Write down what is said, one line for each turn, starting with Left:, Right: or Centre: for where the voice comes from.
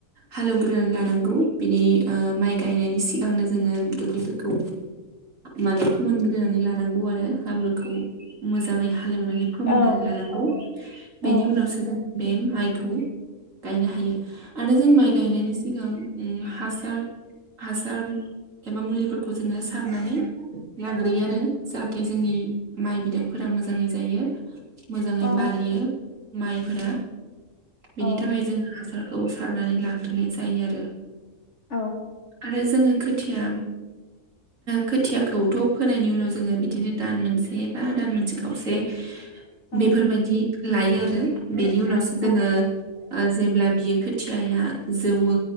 Right: हालेवग्रोन लानांगौ। बिनि अ माइ गायनायनि सिगांनो जोङो दुब्लिफोरखौ मान फोमोनग्रोनानै लानांगौ आरो हाब्रुखौ। मोजाङै हालेवनानै फोमोननानै
Left: औ
Right: लानांगौ बेनि
Left: औ
Right: उनावसो जों बे माइखौ गायनो हायो आरो जों माइ गायनायनि सिगां ओम हासार हासार एबा मुलिफोरखौ जोङो सारनानै लाग्रोयो आरो जाहाथे जोंनि माइ बिदांफोरा मोजाङै जायो मोजाङै
Left: औ
Right: बारियो माइफोरा।
Left: औ
Right: बेनि थाखाय जोङो हासारखौ सारनानै लाग्रोनाय जायो आरो।
Left: औ
Right: आरो जोङो खो थिया खोथियाखौथ' फोनायनि उनाव जोङो बिदिनो दान मोनसे बा दान मोनसे खावसे
Left: औ
Right: बेफोरबायदि लायो आरो। बेनि उनावसो
Left: औ
Right: जोङो जेब्ला बियो खोथियाया जौवो